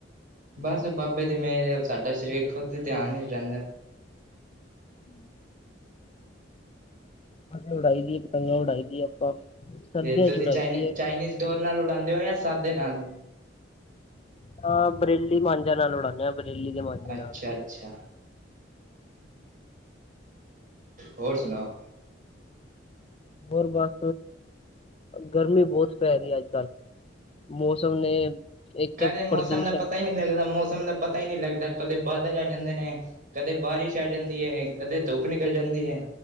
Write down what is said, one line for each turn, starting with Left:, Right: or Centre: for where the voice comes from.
Right: ਬਸ ਬਾਬੇ ਦੇ ਮੇਰੇ ਸਾਡਾ ਸਰੀਰ ਖੁਦ ਧਿਆਨ ਹੀ ਰਹਿੰਦਾ।
Left: <unintelligible> ਅਸੀ ਉਡਾਈ ਦੀ ਪੰਤਗਾਂ ਉਡਾਈ ਦੀਏ ਆਪਾਂ ਸਰਦੀਆਂ
Right: ਤੇ ਤੁਸੀਂ
Left: ਚ ਉਡਾਈ
Right: ਚਨੀ
Left: ਦੀ ਹੈ
Right: ਚਾਈਨੀਜ਼ ਡੋਰ ਨਾਲ ਉਡਾਉਂਦੇ ਹੋ ਜਾਂ ਸਾਦੇ ਨਾਲ
Left: ਹਾਂ ਬ੍ਰੇਲੀ ਮਾਂਜਾ ਨਾਲ ਉਡਾਣੇੇ ਆ। ਬੇਰਲੀ ਦੇ ਮਾਂਜੇ
Right: ਅੱਛਾ
Left: ਨਾਲ
Right: -ਅੱਛਾ ਹੋਰ ਸੁਣਾਓ।
Left: ਹੋਰ ਬਸ ਗਰਮੀ ਬਹੁਤ ਪੈ ਰਹੀ ਹੈ ਅੱਜ ਕੱਲ੍ਹ ਮੌਸਮ ਨੇ ਇੱਕ
Right: ਕਦੇ
Left: ਤਾਂ
Right: ਮੌਸਮ
Left: ਪ੍ਰਦੂਸ਼ਣ
Right: ਦਾ ਪਤਾ ਹੀ ਨਹੀਂ ਲੱਗਦਾ ਮੌਸਮ ਦਾ ਪਤਾ ਹੀ ਨਹੀਂ ਲੱਗਦਾ ਕਦੇ ਬਾਦਲ ਆ ਜਾਂਦੇ ਨੇ। ਕਦੇ ਬਾਰਿਸ਼ ਆ ਜਾਂਦੀ ਹੈ ਕਦੇ ਧੁੱਪ ਨਿਕਲ ਜਾਂਦੀ ਹੈ